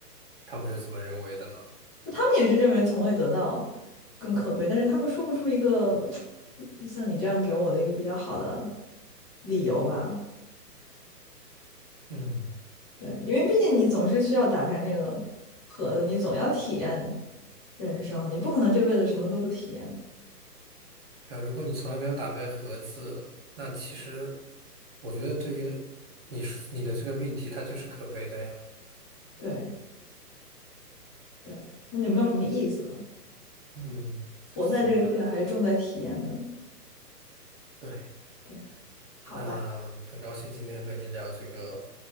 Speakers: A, on the right; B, in the centre.
A: 他们是怎么认为的呢？
B: 他们也是认为从未得到更可悲，但是他们说不出一个像你这样给我的一个比较好的理由吧？
A: 嗯。
B: 对，因为毕竟你总是需要打开那个盒子，你总要体验人生，你不可能这辈子什么都不体验。
A: 对啊，如果你从来没有打败盒子，那其实我觉得对于你是你的这个命题，它就是可悲的呀。
B: 对对，那就没有什么意思了。
A: 嗯，
B: 活在这个世界上还是重在体验的。
A: 行吧，对，
B: 对，好吧，
A: 那很高兴今天和你聊这个